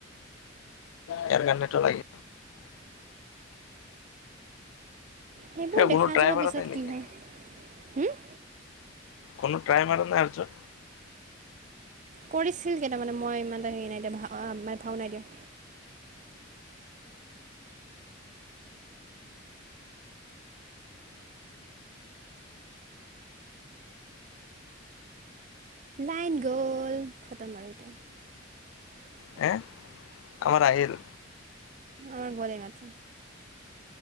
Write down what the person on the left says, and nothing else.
ইয়াৰ গানতটো লাগে
কোনো ট্ৰাই
মাৰা
নাই নেকি
কোনো ট্ৰাইম আৰু নাইছ
হে আমাৰ আহিল